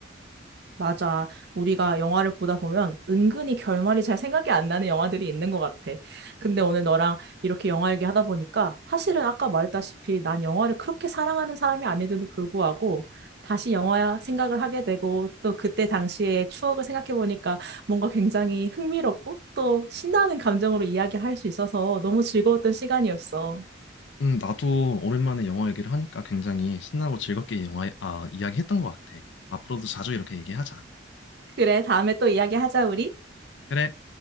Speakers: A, on the right; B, on the left.
A: 맞아. 우리가 영화를 보다 보면 은근히 결말이 잘 생각이 안 나는 영화들이 있는 것 같아. 근데 오늘 너랑 이렇게 영화 얘기하다 보니까 사실은 아까 말했다시피 난 영화를 그렇게 사랑하는 사람이 아닌데도 불구하고 다시 영화 생각을 하게 되고 또 그때 당시의 추억을 생각해 보니까 뭔가 굉장히 흥미롭고 또 신나는 감정으로 이야기할 수 있어서 너무 즐거웠던 시간이었어.
B: 음, 나도 오랜만에 영화 얘기를 하니까 굉장히 신나고 즐겁게 영화, 아, 이야기했던 것 같아. 앞으로도 자주 이렇게 얘기하자.
A: 그래, 다음에 또 이야기하자, 우리.
B: 그래.